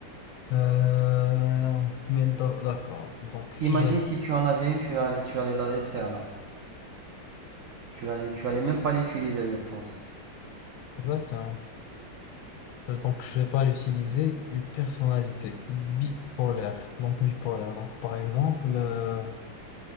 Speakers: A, on the left; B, on the right.
A: Euh, mais d'a- d'accord. Donc si
B: Imagine
A: j'avais
B: si tu en avais une, tu, la- tu allais la laisser alors. Tu l'allais, tu allais même pas l'utiliser, je pense.
A: exactement. Donc je vais pas l'utiliser. Une personnalité bipolaire. Donc bipolaire. Donc par exemple, euh,